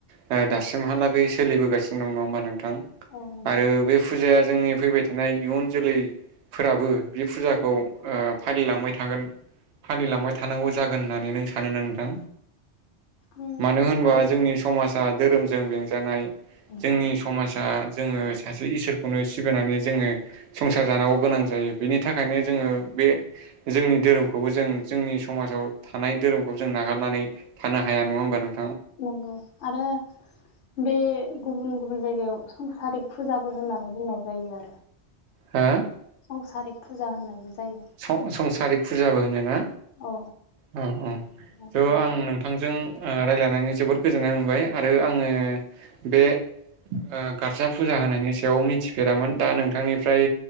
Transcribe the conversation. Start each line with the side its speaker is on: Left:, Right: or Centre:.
Right: दा-दासिमहालागै सोलिबोगा सिनो दं नङा होनबा नोंथां?
Left: औ नंगौ
Right: आरो बे फुजाया जोंनि फैबाय थानाय इयुन जोलैफोराबो बे फुजाखौ ओ फालिलांबाय थागोन फालिलांबाय थानांगौ जागोन होननानै नों सानो ना नोंथां?
Left: उम
Right: मानो होनबा
Left: सान
Right: जोंनि समासा धोरोमजों बेंजानाय
Left: उम
Right: जोंनि समाजा जोङो सासे इसोरखौनो सिबिनानै जोङो संसार जानांगौ गोनां जायो, बेनि थाखायनो जोङो बे जोंनि धोरोमखौबो जों जोंनि समाजाव थानाय धोरोमखौबो जों नागारनानै थानो हाया नङा होमबा नों
Left: नंगौ आरो बे गुबुन गुबुन जायगायाव संसारिक फुजाबो होननानै बुंनाय जायो आरो।
Right: हो?
Left: संसारिक फुजा होननायबो जायो
Right: सं-संसारिक फुजाबो होनोना?
Left: औ
Right: औ औ
Left: संसार
Right: थ'
Left: जानाय
Right: आं नोंथांजों ओ रायलायनानै जोबोद गोजोननाय मोनबाय आरो आङो बे ओ गारजा फुजा होनायनि सायाव मिथिफेरामोन दा नोंथांनिफ्राय